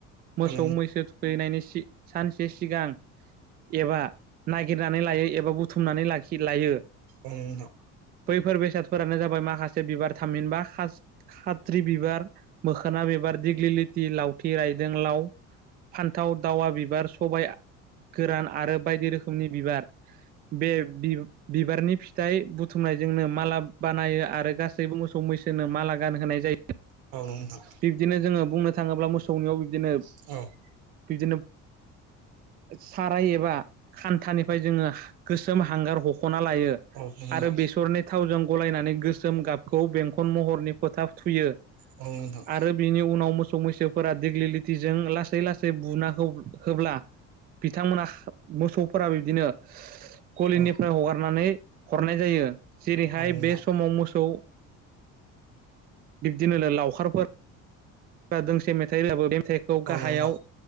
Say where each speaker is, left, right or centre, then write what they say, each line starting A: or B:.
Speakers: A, on the right (about 80°); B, on the right (about 30°).
A: औ
B: मोसौ
A: नोंथां
B: मैसो फैनायनि सि सानसे सिगां एबा नागिरनानै लायो एबा बुथुमनानै लाखि लायो।
A: ओं नोंथां।
B: बैफोर बेसादफोरानो जाबाय माखासे बिबार थामहिनबा खाथ्रि बिबार मोखोना बिबार दिग्लि लितिल आइजें लावथि लावथि रायदों लाव फान्थाव, दावा बिबार, सबाय गोरान आरो बायदि रोखोमनि बिबार बे बि बिबारनि फिथाइ बुथुमनायजोंनो माला बानायो आरो गासैबो मोसौ मैसोनो माला गान होनाय जायो
A: औ नोंथां
B: बिब्दिनो जोङो बुंनो थाङोब्ला मोसौनियाव बिब्दिनो
A: फोरमायना
B: बिदिनो साराय एबा खान्थानिफ्राय जोङो‌। गोसोम हांगार हख'ना लायो
A: हरफिनलाय
B: आरो बेसरनि थावजों गलायनानै गोसोम गाबखौ बेंखन महरनि फोथाब थुयो।
A: औ नोंथां
B: आरो बिनि उनाव मोसौ मैसोफोरा दिग्लिलिथिजों लासै लासै से बुना होब्ला बिथांमोना खा मोसौफोरा बिब्दिनो गलिनिफ्राय
A: औ
B: हगारनानै हरनाय जायो जेरैहाय
A: औ नोंथां
B: बे समाव मोसौ बिब्दिनो लावखारफोर ब्ला दोंसे मेथाइ रोजाबो बे मेथाइखौ गाहायाव
A: औ नोंथां औ नोंथां